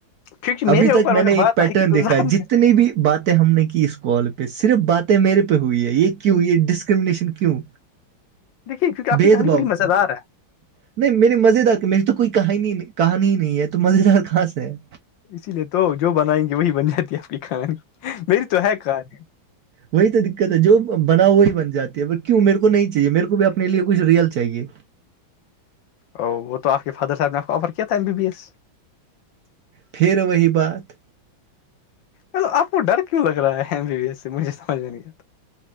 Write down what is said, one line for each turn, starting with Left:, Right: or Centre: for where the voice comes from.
Left: کیونکہ
Right: ابھی
Left: میرے
Right: تک
Left: اوپر
Right: میں
Left: اگر
Right: نے ایک
Left: بات
Right: پیٹرن
Left: آئے گی تو
Right: دیکھا
Left: زم
Right: ہے جتنی بھی باتیں ہم نے کی اس کال پہ صرف باتیں میرے پہ ہوئی ہے یہ کیوں یہ ڈسکرمنیشن کیوں
Left: دیکھیے کیونکہ آپ کی
Right: بھید
Left: کہانی
Right: بھاؤ
Left: بڑی
Right: کیوں
Left: مز دار ہے
Right: نہیں میرے مز دار میری تو کوئی کہانی کہانی ہی نہیں ہے تو مز دار کہاں سے ہے
Left: اسی لیے تو جو بنائیں گے وہی بن جاتی ہے آپ کی کانی میری تو ہے کھانی
Right: وہی تو دقت ہے جو بنا ہو وہی بن جاتی ہے کیوں میرے کو نہیں چاہیے میرے کو بھی اپنے لیے کچھ ریئل چاہیے
Left: او وہ تو آ کے فادر صح نے آفر کی تھا ایم بی ایس
Right: پھر وہی بات
Left: ل آپ کو ڈر کیوں لگ رہا ہے ایم بی ایس سے مجھے سجھ میں نہیں آتا